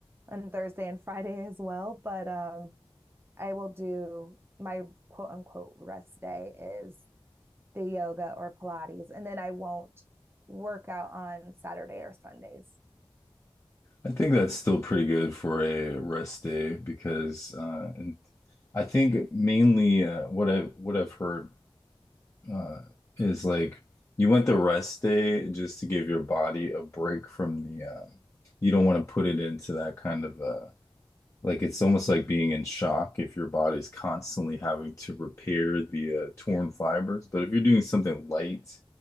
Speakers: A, on the right; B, on the left.
A: and Thursday and Friday as well. But um, I will do my quote unquote rest day is the yoga or Pilates, and then I won't work out on Saturday or Sundays.
B: I think that's still pretty good for a rest day because uh and I think mainly uh what I what I've heard uh, is like you want the rest day just to give your body a break from the uh, you don't want to put it into that kind of uh like it's almost like being in shock if your body's constantly having to repair the uh, torn fibers. But if you're doing something light